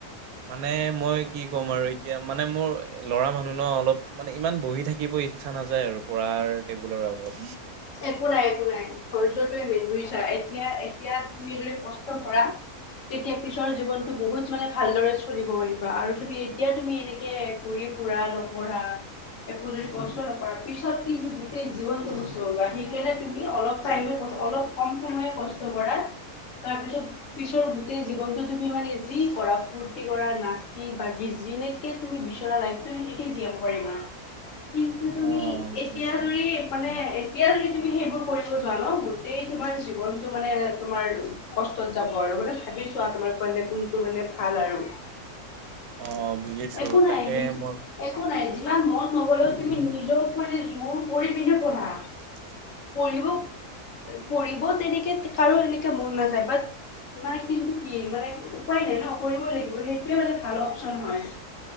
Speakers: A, on the right (about 75°); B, on the left (about 65°).
A: মানে মই কি ক'ম আৰু এতিয়া মানে মোৰ লৰা মানুহ ন, অলপ মানে ইমান বহি থাকিব ই ইচা নাযায় আৰু পঢ়া টেবুলৰ আগত।
B: একো নাই একো নাই ধৈৰ্যটো মেইন বুজিছা এতিয়া এতিয়া তুমি যদি কষ্ট কৰা। তেতিয়া পিছৰ জীৱনতটো বহুত মানে ভালদৰে চলিব পাৰিবা আৰু তুমি এতিয়া তুমি এনেকে ঘূৰিফুৰা নপঢ়া একো যদি কষ্ট নকৰা, পিছত কিন্তু গোটেই জীৱনটো সেইকাৰণে তুমি অলপ টাইম অলপ কম সময়ে কষ্ট কৰা তাৰপিছত পিছৰ গোটেই জীৱনটো তুমি মানে যি কৰা ফুৰ্তি কৰা নাচি বাগি যেনে কে তুমি বিচৰা লাইফতো সেনেকে জীয়াব পাৰিবা কিন্তু তুমি
A: অ
B: এতিয়া
A: বুজিছো
B: যদি মানে এতিয়া যদি তুমি সেইবোৰ কৰিব যোৱা ন গোটেই তোমাৰ জীৱনটো মানে তোমাৰ কষ্টত যাব আৰু মানে ভাবি চোৱা তোমাৰ কাৰণে কোনটো মানে ভাল আৰু
A: অ বুজিছো
B: একো
A: তাকে
B: নাই নিজ
A: মই
B: একো নাই যিমান মন নগলেও তুমি নিজক মানে জোৰ কৰি পিনে পঢ়া
A: <unintelligible>
B: পঢ়িব পঢ়িব তেনেকে কাৰো এনেকে মন নাযায় বাত মানে কিন্তু কি মানে উপায় নাই ন কৰিবই লাগিব সেইটোৱে মানে ভাল অপচন হয়